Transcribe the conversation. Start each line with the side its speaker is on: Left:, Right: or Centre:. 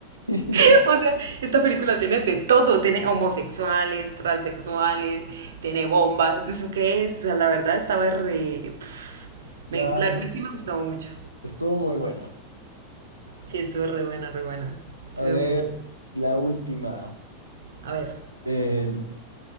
Left: <laughs>
Right: <laughs> O sea, esta película tiene de todo, tiene homosexuales, transexuales, tiene bombas, ¿eso qué es? O sea, la verdad estaba re... pf, me,
Left: Ah,
Right: la,
Left: sí,
Right: me- sí me gustó mucho.
Left: estuvo muy buena.
Right: Sí, estuvo re buena, re buena.
Left: A
Right: Sí
Left: ver,
Right: me gustó.
Left: la última.
Right: A ver.
Left: Eh,